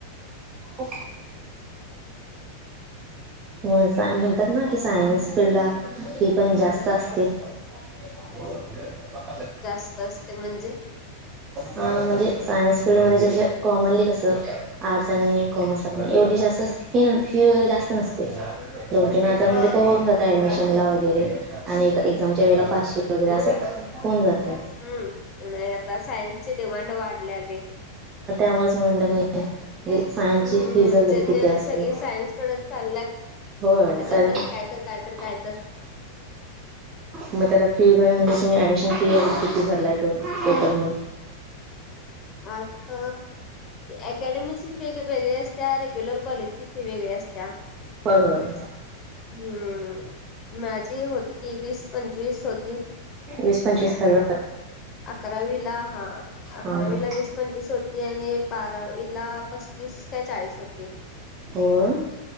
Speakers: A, on the right; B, on the left.
A: ओके. मग म्हणतात ना की सायन्स फील्डला फी पण जास्त असते. <inaudible>
B: जास्त असते म्हणजे.
A: हा म्हणजे सायन्स फिल्डमध्येध्ये ज कॉमनली कसं आर्ट्स आणि कॉमर्स ला एवढी जास्त फ फी वगैरे जास्त नसते. दोन तीन हजारमध्ये
B: ह
A: कव्हर होउन जातं. ॲडमिशनला वगैरे आणि एक्झामच्या वेळेला पाचशे वगैरे असं होऊन जातं.
B: हम्म नाही आता सायन्स ची डिमांड वाढल्या लय.
A: म्हणूनच म्हणलं मी सायन्स
B: हम्म
A: फीज वगैरे
B: जे
A: किती
B: ते आता
A: असते.
B: सगळे सायन्स कडे चालल्यात
A: होय.
B: त्याच्यातनच
A: <unintelligible>
B: काय तर काय तर काय तर
A: मग त्याला फी व म्हणजे तुम्ही ऍडमिशन फी वगैरे किती भरलाय टोटल मिळून.
B: <inaudible> अकॅडमीची फी वेगळी असत्या रेग्युलर कॉलेजची फी वेगळी असत्या.
A: होय होय.
B: हम्म माझी होती की वीस पंचवीस होती.
A: वीस पंचवीस हजार.
B: अकरावीला हा
A: हां
B: अकरावीला
A: हां
B: वीस पंचवीस होती आणि बारावीला पस्तीस काय चाळीस होती
A: होय,